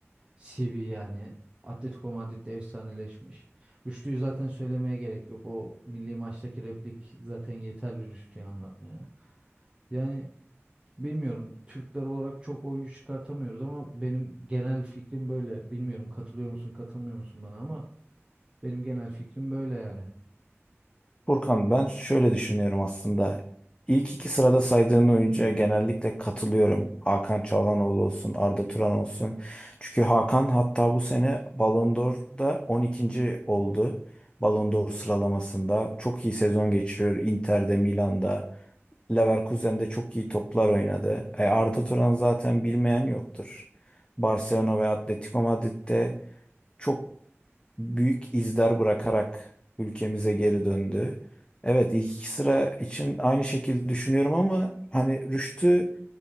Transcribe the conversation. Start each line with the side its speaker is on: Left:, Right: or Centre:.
Right: CV yani. Atletico Madrid'de efsaneleşmiş. Rüştü'yü zaten söylemeye gerek yok. O milli maçtaki replik zaten yeterli Rüştü'yü anlatmaya. Yani bilmiyorum Türkler olarak çok oyuncu çıkartamıyoruz ama benim genel fikrim böyle. Bilmiyorum katılıyor musun katılmıyor musun bana ama benim genel fikrim böyle yani.
Left: Furkan ben şöyle düşünüyorum aslında. İlk iki sırada saydığın oyuncuya genellikle katılıyorum. Hakan Çalhanoğlu olsun, Arda Turan olsun. Çünkü Hakan hatta bu sene Ballon d'Or'da 12. oldu. Ballon d'Or sıralamasında çok iyi sezon geçiriyor. Inter'de, Milan'da, Leverkusen'de çok iyi toplar oynadı. E, Arda Turan zaten bilmeyen yoktur. Barcelona ve Atletico Madrid'de çok büyük izler bırakarak ülkemize geri döndü. Evet ilk iki sıra için aynı şekilde düşünüyorum ama hani Rüştü